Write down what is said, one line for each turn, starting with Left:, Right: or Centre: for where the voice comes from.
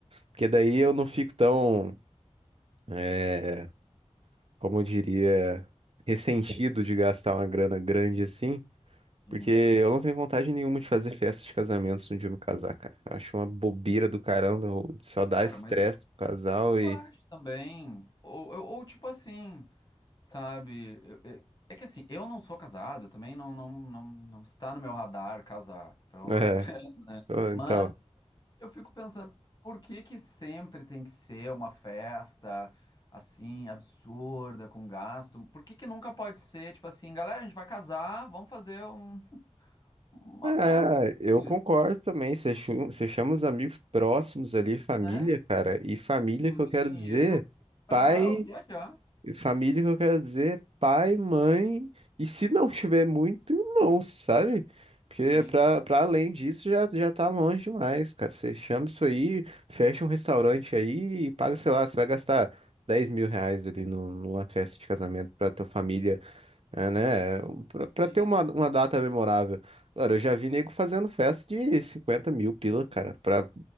Right: Porque daí eu não fico tão, é, como eu diria, ressentido de gastar uma grana grande assim.
Left: sim.
Right: Porque eu não tenho vontade nenhuma de fazer festa de casamento se um dia eu me casar, cara. Eu acho uma bobeira do caramba. eu- Só dá
Left: Cara,
Right: estresse
Left: mas eu,
Right: pro casal
Left: eu
Right: e.
Left: acho também. Ou, ou, ou, tipo assim, sabe? Eu- eu- é que assim, eu não sou casado, também não, não, não, não está no meu radar casar. Então,
Right: <laughs>
Left: é... <laughs>
Right: É,
Left: mas
Right: então.
Left: Eu fico pensando, por que que sempre tem que ser uma festa assim, absurda, com gasto? Por que que nunca pode ser, tipo assim, galera, a gente vai casar, vamos fazer um- uma
Right: Ah,
Left: festa simples,
Right: eu concordo também. Você chu- você chama os amigos próximos ali, família,
Left: né?
Right: cara. E família
Left: E usa
Right: que eu quero
Left: o dinheiro
Right: dizer,
Left: para
Right: pai,
Left: viajar.
Right: família que eu quero dizer, pai, mãe. E se não tiver muito, irmão, sabe? Porque
Left: Sim,
Right: pra, pra além disso já, já tá longe demais, cara. Você chama isso aí, fecha um restaurante aí e paga, sei lá, você vai gastar 10 mil reais ali no- numa festa de casamento pra tua família É, né? Pra, pra
Left: sim,
Right: ter uma, uma data memorável. Cara, eu já vi nego fazendo festa de 50 mil pila, cara, pra,